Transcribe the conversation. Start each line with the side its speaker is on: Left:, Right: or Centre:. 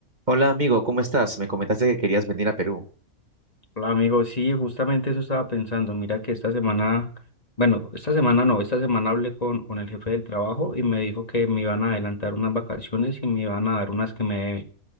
Right: Hola amigo, ¿cómo estás? Me comentaste que querías venir a Perú.
Left: Hola amigo, sí, justamente eso estaba pensando. Mira que esta semana, bueno, esta semana no, esta semana hablé con, con el jefe del trabajo y me dijo que me iban a adelantar unas vacaciones y me iban a dar unas que me deben.